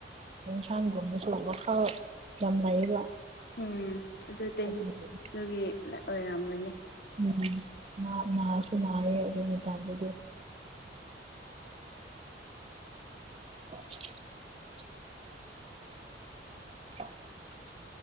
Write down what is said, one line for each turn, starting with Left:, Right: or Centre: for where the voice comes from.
Right: ꯌꯦꯟꯁꯥꯡꯒꯨꯝꯕꯁꯨꯕ ꯋꯈꯜ ꯌꯥꯝꯅ ꯂꯩꯌꯦꯕ
Left: ꯎꯝ ꯑꯗꯨ ꯇꯤꯟ
Right: ꯑꯗꯨꯒꯤ
Left: ꯑꯗꯨꯒꯤ ꯑꯣꯏꯔꯝꯒꯅꯤ
Right: ꯎꯝ ꯃꯥ ꯅꯥꯔꯁꯨ ꯅꯥꯌꯦ ꯑꯗꯨ ꯃꯇꯥꯝꯗꯗꯤ <unintelligible> <unintelligible>